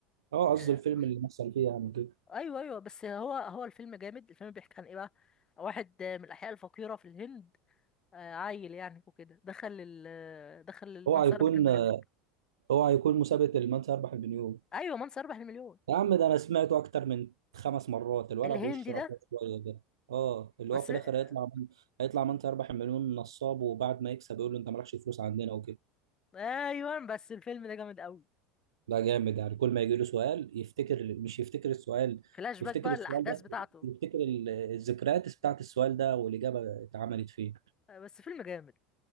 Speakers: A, on the right (about 75°); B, on the left (about 30°).
A: اه قصدي
B: آه،
A: الفيلم اللي مثل فيه يعني كده
B: ايوه ايوه بس هو هو الفيلم جامد الفيلم بيحكي عن ايه بقى واحد آه، من الاحياء الفقيره في الهند آه، عيل يعني وكده دخل ال... آه، دخل ال-
A: هو
B: من
A: هيكون
B: سيربح المليون
A: هو هيكون مسابقه من سيربح المليون
B: ايوه من سيربح المليون
A: يا عم ده انا سمعته اكتر من خمس مرات الولد
B: الهندي
A: بوش رفيع
B: ده
A: شويه ده اه اللي
B: بس
A: هو في
B: آه،
A: الاخر هيطلع من هيطلع من سيربح المليون نصاب وبعد ما يكسب يقول له انت مالكش فلوس عندنا وكده
B: ايوه بس الفيلم ده جامد قوي
A: ده جامد يعني كل ما يجي له سؤال يفتكر مش يفتكر السؤال
B: فلاش باك
A: يفتكر
B: بقى الاحداث
A: السؤال ده
B: بتاعته
A: يفتكر ال- الذكريات بتاعت السؤال ده والإجابة اتعملت فيه
B: آه، بس فيلم جامد